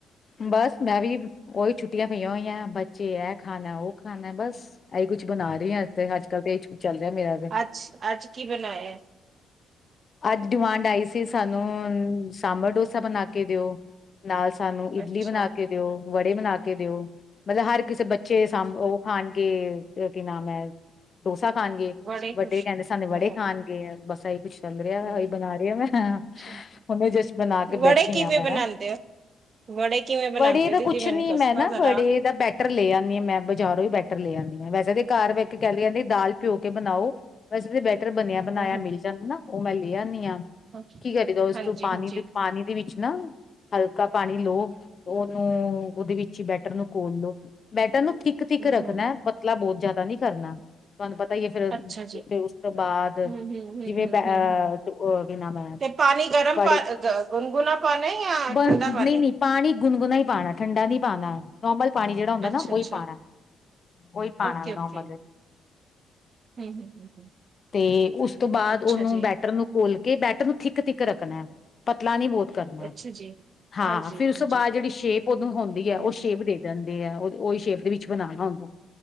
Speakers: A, on the left; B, on the right.
A: ਬਸ ਮੈਂ ਵੀ ਉਹੀ ਛੁੱਟੀਆ ਪਈਆ ਹੋਈਆ ਬੱਚੇ ਇਹ ਖਾਣਾ ਉਹ ਖਾਣਾ ਬਸ। ਇਹੀ ਕੁਛ ਬਣਾ ਰਹੀ ਹ ਤੇ ਅੱਜ ਕੱਲ ਤਾਂ ਇਹ ਕੁ ਚੱਲ ਰਿਹਾ ਮੇਰਾ। ਤੇ।
B: ਅੱਛ ਅੱਜ ਕੀ ਬਣਾਇਆ।
A: ਅੱਜ ਡਿਮਾਂਡ ਆਈ ਸੀ ਸਾਨੂੰ ਸਾਂਬਰ ਡੋਸਾ ਬਣਾ ਕੇ ਦਿਓ। ਨਾਲ ਸਾਨੂੰ ਇਡਲੀ
B: ਅੱਛਾ,
A: ਬਣਾ ਕੇ ਦਿਓ ਵੜੇ ਬਣਾ ਕੇ ਦਿਓ, ਮਤਲਬ ਹਰ ਕਿਸੇ ਬੱਚੇ ਦੇ ਸਭ ਉਹ ਖਾਣਗੇ ਕੀ ਨਾਮ ਹੈ ਡੋਸਾ ਖਾਣਗੇ
B: ਬੜੇ
A: ਵੱਡੇ
B: ਖੁਸ਼
A: ਕਹਿੰਦੇ ਸਾਨੇ ਵੜੇ
B: ਹਾਂ, ਹਾਂ,
A: ਖਾਣਗੇ। ਗੇ ਬਸ ਇਹੀ ਕੁਛ ਚੱਲ ਰਿਹਾ ਵ
B: ਹਾਂ।
A: ਇਹੀ ਬਣਾ ਰਹੀ ਐ ਮੈ, ਉਹਨੇ
B: ਅੱਛਾ,
A: ਜਿਸ ਬਣਾ ਕੇ
B: ਵੜੇ
A: ਬੈਠੀ
B: ਕਿਵੇਂ
A: ਆ ਮੈਂ
B: ਬਣਾਉਂਦੇ
A: ਨਾ,
B: ਹੋ? ਵੜੇ ਕਿਵੇਂ ਬਣਾਉਂਦੇ
A: ਵੜੇ ਤਾਂ
B: ਹੋ ਦੀਦੀ
A: ਕੁਛ
B: ਮੈਨੂੰ
A: ਨੀ
B: ਦੱਸਣਾ
A: ਮੈਂ ਨਾ
B: ਜ਼ਰਾ?
A: ਵੜੇ ਦਾ ਬੈਟਰ ਲੈ ਆਉਂਦੀ ਹਾਂ, ਮੈਂ ਬਜ਼ਾਰੋਂ ਹੀ ਬੈਟਰ ਲੈ ਆਉਦੀ ਹਾਂ ਵੈਸੇ ਤਾਂ ਘਰ ਵ ਕਹਿੰਦੀ ਕਹਿੰਦੀ ਦਾਲ ਪਿਓ ਕੇ ਬਣਾਓ। ਵੈਸੇ ਤੇ ਬੈਟਰ ਬਣਿਆ ਬਣਾਇਆ
B: ਹਮ, ਹਮ,
A: ਮਿਲ ਜਾਂਦਾ ਨਾ ਉਹ ਮੈਂ ਲੈ ਆਉਦੀ ਆਾਂ
B: ਹਮ।
A: ਕੀ ਕਰੀਦਾ ਉਸਨੂੰ
B: ਹਾਂਜੀ
A: ਪਾਣੀ
B: ਹਾਂਜੀ,
A: ਦੇ ਪਾਣੀ ਦੇ ਵਿੱਚ ਨਾ ਹਲਕਾ ਪਾਣੀ ਲਓ ਉਹਨੂੰ ਉਹਦੇ ਵਿੱਚ ਹੀ ਬੈਟਰ ਨੂੰ ਘੋਲ ਲਓ ਬੈਟਰਰ ਨੂੰ ਥਿੱਕ ਥਿੱਕ
B: ਹੂੰ
A: ਰੱਖਣਾ
B: ਹੂੰ ਹੂੰ,
A: ਪਤਲਾ ਬਹੁਤ ਜ਼ਿਆਦਾ ਨੀ ਕਰਨਾ। ਤੁਹਾਨੂੰ ਪਤਾ ਹੀ ਹੈ ਫੇਰ
B: ਅੱਛਾ ਜੀ,
A: ਫ ਉਸ ਤੋਂ ਬਾਅਦ
B: ਹੂੰ ਹੂੰ ਹੂੰ
A: ਜਿਵੇਂ
B: ਹੂੰ
A: ਆ
B: ਹੂੰ ਹੂੰ।
A: ਕੀ ਨਾਮ ਹੈ।
B: ਤੇ ਪਾਣੀ ਗਰਮ
A: ਬੜੇ
B: ਪਾ ਗੁਨਗੁਣਾ ਪਾਉਣਾ ਹੈ ਜਾਂ
A: ਬਣ
B: ਠੰਡਾ ਪਾਣੀ,
A: ਨਹੀਂ ਨਹੀਂ ਪਾਣੀ ਗੁਨਗੁਣਾ ਹੀ ਪਾਉਣਾ ਠੰਡਾ ਨੀ ਪਾਉਣਾ ਨੋਮਲ ਪਾਣੀ ਜਿਹੜਾ ਹੁੰਦਾ,
B: ਅੱਛਾ
A: ਨਾ ਉਹੀ
B: ਅੱਛਾ
A: ਪਾਉਣਾ ਉਹੀ ਪਾਉਣਾ
B: ਓਕੇ ਓਕੇ
A: ਨੋਮਲ
B: ਹੂੰ ਹੂੰ ਹੂੰ ਹੂੰ
A: ਤੇ ਉਸ ਤੋਂ ਬਾਅਦ
B: ਅੱਛਾ
A: ਉਹਨੂੰ
B: ਜੀ
A: ਬੈਟਰ ਨੂੰ ਘੋਲ ਕੇ ਬੈਟਰ ਨੂੰ ਥਿੱ ਥਿੱਕ ਰੱਖਣਾ ਪਤਲਾ ਨੀ ਬਹੁਤ ਕਰਮਾ
B: ਅੱਛਾ ਜੀ
A: ਹਾਂ
B: ਹਾਂਜੀ
A: ਫੇਰ ਉਸ
B: ਹਾਂਜੀ
A: ਤੋਂ ਬਾਅਦ ਜਿਹੜੀ ਸ਼ੇਪ ਉਹਨੂੰ ਹੁੰਦੀ
B: ਤੇ
A: ਹੈ ਉਹ ਸ਼ੇਪ ਦੇ, ਦਦੇ ਆ ਉਹ ਉਹੀ ਸ਼ੇਪ ਦੇ ਵਿੱਚ ਬਣਾਉਣਾ ਹੁੰਦਾ